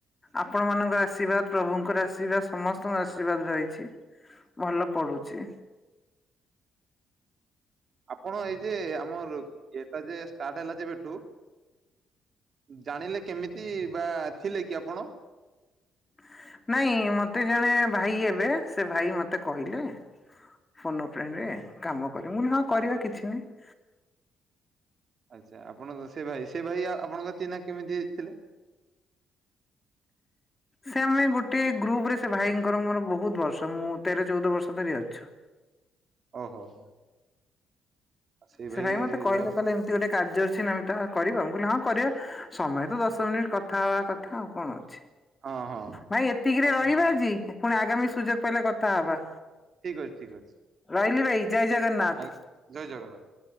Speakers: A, on the left; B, on the right.
A: ଆପଣମାନଙ୍କ ଆଶୀର୍ବାଦ ପ୍ରଭୁଙ୍କର ଆଶୀର୍ବାଦ ସମସ୍ତଙ୍କ ଆଶୀର୍ବାଦ ରହିଛି। ଭଲ ପଢୁଛି।
B: ଆପଣ ଏଇ ଯେ ଆମର <unintelligible> ଯେ ଷ୍ଟାର୍ଟ ହେଲା ଯେବେ ଠୁ ଜାଣିଲେ କେମିତି ବା ଥିଲେ କି ଆପଣ?
A: ହଁ। ନାଇଁ ମତେ ଜଣେ ଭାଇ ଏବେ ସେ ଭାଇ ମତେ କହିଲେ। ଫୋନ ଏ ଫ୍ରେଣ୍ଡ୍ ରେ କାମ କରିବୁ ମୁଁ କହିଲି ହଁ କରିବା କିଛି ନାହିଁ।
B: ଆଚ୍ଛା ଆପଣ ସେ ଭାଇ- ସେ ଭାଇ ଆଉ ଆପଣଙ୍କ ଚିହ୍ନା କେମିତି ହେଇଥିଲେ?
A: ସେ ଆମେ ଗୋଟେ ଗ୍ରୁପ୍ ରେ ସେ ଭାଇଙ୍କର ମୋର ବହୁତ୍ ବର୍ଷ ମୁଁ ତେର ଚଉଦ ବର୍ଷ ଧରି ଅଛୁ।
B: ଓ ହୋ ହୋ। ସେଇ
A: ସେ ଭାଇ ମତେ କହିଲେ
B: ଦ୍ଵାରା
A: କହିଲେ ଏମତି ଗୋଟେ କାର୍ଯ୍ୟ ଅଛି ନମିତା କରିବ ମୁଁ କହିଲି ହଁ କରିବା। ସମୟ ତ ଦଶ ମିନିଟ୍ କଥା ହବା କଥା ଆଉ କଣ ଅଛି।
B: ହଁ ହଁ
A: ଭାଇ ଏତିକିରେ
B: ଦଶ-
A: ରହିବା ଆଜି ପୁଣି ଆଗାମୀ ସୁଯୋଗ ପାଇଲେ କଥା ହବା।
B: ଠିକ୍ ଅଛି -ଠିକ୍ ଅଛି।
A: ରହିଲି ଭାଇ ଜୟ ଜଗନ୍ନାଥ୍।
B: ଆଜ୍ଞା ଜୟ ଜଗନ୍ନାଥ୍।